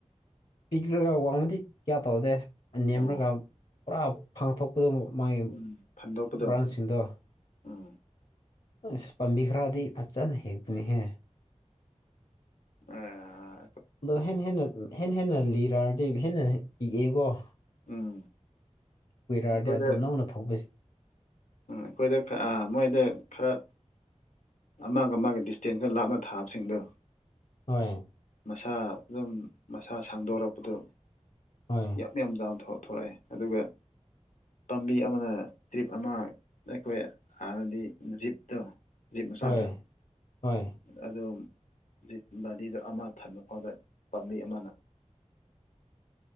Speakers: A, on the left (about 60°); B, on the left (about 90°).
A: ꯄꯤꯛꯔꯒ ꯋꯥꯡꯕꯗꯤ ꯀꯌꯥ ꯇꯧꯗꯦ ꯅꯦꯝꯔꯒ
B: ꯑꯣ
A: ꯄꯨꯔꯥ ꯄꯥꯡꯊꯣꯛꯄꯗ ꯃꯥꯒꯤ
B: ꯎꯝ ꯐꯟꯗꯣꯛꯄꯗꯣ
A: ꯕ꯭ꯔꯥꯟꯁꯤꯡꯗꯣ
B: ꯎꯝ
A: ꯑꯁ ꯄꯥꯝꯕꯤ ꯈꯔꯗꯤ ꯐꯖꯅ ꯍꯦꯛꯄꯅꯤꯍꯦ
B: ꯑꯥ
A: ꯑꯗꯣ ꯍꯦꯟ ꯍꯦꯟꯅ ꯍꯦꯟ ꯍꯦꯟꯅ ꯂꯤꯔꯥꯑꯅꯤ ꯑꯩ ꯍꯦꯟꯅ ꯏꯤꯛꯑꯦꯀꯣ <unintelligible>
B: ꯎꯝ
A: ꯀꯨꯏꯔꯛꯑꯗꯤ
B: ꯑꯩꯈꯣꯏꯗ
A: ꯑꯗꯨ ꯅꯧꯅ ꯊꯧꯕꯁꯤ
B: ꯎꯝ ꯑꯩꯈꯣꯏꯗ ꯃꯣꯏꯗ ꯈꯔ ꯑꯃꯒ ꯑꯃꯒ ꯗꯤꯁꯇꯦꯟꯁ ꯈꯔꯥ ꯂꯥꯞꯅ ꯊꯥꯕꯁꯤꯡꯗꯣ
A: ꯍꫭꯏ
B: ꯃꯁꯥ ꯑꯗꯨꯝ ꯃꯁꯥ ꯁꯥꯡꯗꯣꯔꯛꯄꯗꯨ
A: ꯍꯣꯏ
B: ꯌꯥꯝ ꯌꯥꯝ ꯆꯥꯎꯅ ꯊꯣꯛꯣꯔꯛꯑꯦ ꯑꯗꯨꯒ ꯄꯥꯝꯕꯤ ꯑꯃꯅ ꯇ꯭ꯔꯤꯞ ꯑꯃ ꯑꯩꯈꯣꯏ ꯍꯥꯟꯅꯗꯤ ꯖꯤꯞꯇꯣ ꯖꯤꯞ ꯃꯆꯥꯗꯣ
A: ꯍꯣꯏ ꯍꯣꯏ
B: ꯑꯗꯨ ꯖꯤꯠ ꯕꯥꯗꯤꯗꯣ ꯑꯃ ꯊꯟꯕ ꯐꯥꯎꯗ ꯄꯥꯝꯕꯤ ꯑꯃꯅ <inaudible>